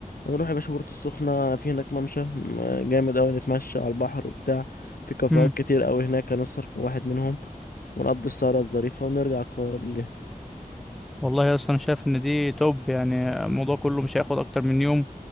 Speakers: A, on the left; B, in the centre.
A: هنروح يا باشا بورتو السخنة في هناك ممشى م- جامد أوي نتمشى على البحر وبتاع في كافيهات
B: حلو
A: كتير أوي هناك هنسهر في واحد منهم ونقضي السهرة الظريفة ونرجع القاهرة بالليل
B: والله اصلا انا شايف ان دي توب يعني الموضوع كله مش هياخد اكتر من يوم